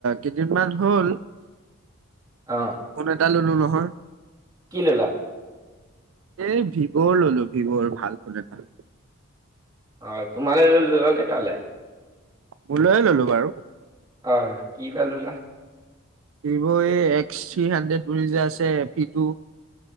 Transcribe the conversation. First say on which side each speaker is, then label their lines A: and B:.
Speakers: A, on the right (about 70°); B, on the right (about 20°).
A: কেইদিনমান হ'ল।
B: অ
A: ফোন এটা ল'লো নহয়।
B: কি ল'লা?
A: এই, ভিভোৰ ল'লোঁ, ভিভোৰ। ভাল ফোন এটা।
B: অ'! তোমালে লৈ <unintelligible> কালে?
A: মোৰ লৈয়ে ল'লোঁ বাৰু।
B: হয়, কি বা ল'লা?
A: ভিভো এই, এক্স থ্ৰী হাণ্ড্ৰেড বুলি যে আছে, ভি টো।